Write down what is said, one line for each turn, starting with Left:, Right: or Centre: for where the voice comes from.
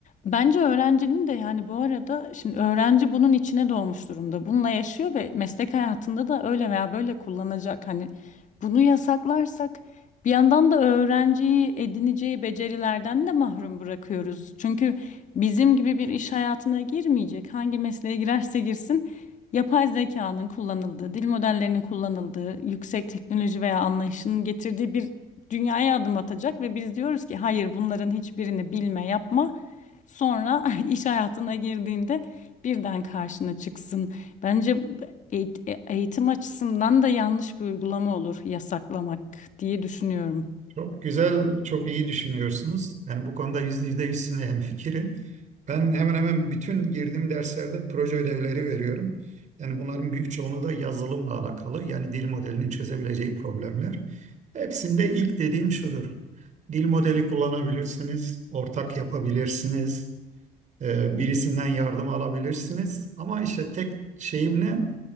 Left: Bence öğrencinin de yani bu arada şimdi öğrenci bunun içine doğmuş durumda. Bununla yaşıyor ve meslek hayatında da öyle veya böyle kullanacak. Hani bunu yasaklarsak bir yandan da öğrenciyi edineceği becerilerden de mahrum bırakıyoruz. Çünkü Bizim gibi bir iş hayatına girmeyecek. Hangi mesleğe girerse girsin, yapay zekanın kullanıldığı, dil modellerinin kullanıldığı, yüksek teknoloji veya anlayışının getirdiği bir dünyaya adım atacak ve biz diyoruz ki hayır bunların hiçbirini bilme, yapma. Sonra <laughs> iş hayatına girdiğinde birden karşına çıksın. Bence eğit- e- eğitim açısından da yanlış bir uygulama olur yasaklamak diye düşünüyorum.
Right: Çok güzel, çok iyi düşünüyorsunuz. Yani bu konuda yüzde yüzde yüz sizinle hemfikirim. Ben hemen hemen bütün girdiğim derslerde proje ödevleri veriyorum. Yani bunların büyük çoğunluğu da yazılımla alakalı. Yani dil modelinin çözebileceği problemler. Hepsinde ilk dediğim şudur. Dil modeli kullanabilirsiniz, ortak yapabilirsiniz. Ee,
Left: Hı hı.
Right: birisinden yardım alabilirsiniz. Ama işte tek şeyim ne?